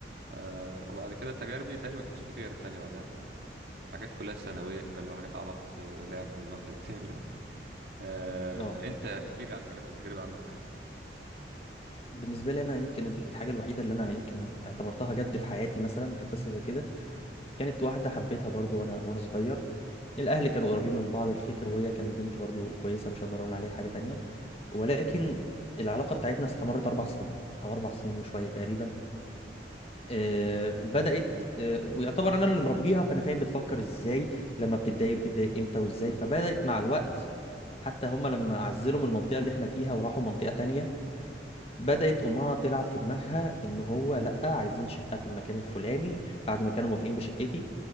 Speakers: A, on the right; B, on the left.
A: آه وبعد كده تجاربي تقريبا ما كانش في تجارب تانية بعدها حاجات كلها ثانوية كده اللي هو حاجات عبط آه، لعب من وقت للتاني <laughs> آه
B: اه
A: انت احكي لي عن تجر- تجربة عندك
B: بالنسبه لي انا يمكن الحاجه الوحيده اللي انا يمكن اعتبرتها جد في حياتي مثلا كقصه زي كده كانت واحده حبيتها برضو وانا وانا صغير الاهل كانوا قريبين من بعض الفكر وهي كانت بنت برضو كويسه مش هقدر اقول عليها حاجه تانية ولكن العلاقه بتاعتنا استمرت اربع سنين او اربع سنين وشويه تقريبا آه بدات آه ويعتبر انا اللي مربيها فانا فاهم بتفكر ازاي لما بتتضايق بتتضايق امتى وازاي فبدات مع الوقت حتى هم لما عزلوا من المنطقه اللي احنا فيها وراحوا منطقه تانية بدأت أمها تلعب في دماغها إن هو لأ عايزين شقة في المكان الفلاني بعد ما كانوا موافقين بشقتي